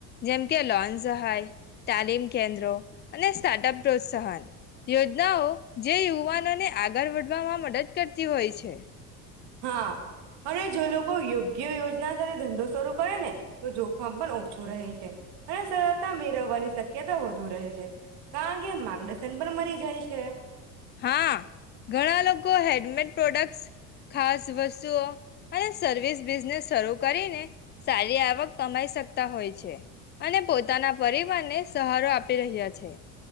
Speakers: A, on the left; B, on the right.
A: જેમ કે લોન સહાય તાલીમ કેન્દ્રો અને સ્ટાર્ટઅપ પ્રોત્સાહન યોજનાઓ જે યુવાનોને આગળ વધવામાં મદદ કરતી હોય છે,
B: હા, અને જો લોકો યોગ્ય જે યોજના સા ધંધોસ શરૂ કરે ને તો જોખમ પણ ઓછું રહે છે. અને સરળતા મેળવવાની શક્યતા વધુ રહે છે, કારણ કે માર્ગદર્શન પણ મરી જાય છે.
A: હા ઘણા લોકો હેન્ડમેડ પ્રોડક્ટ્સ ખાસ વસ્તુઓ અને સર્વિસ બિઝનેસ શરૂ કરીને સારી આવક કમાઈ શકતા હોય છે. અને પોતાના પરિવારને સહારો આપી રહ્યા છે.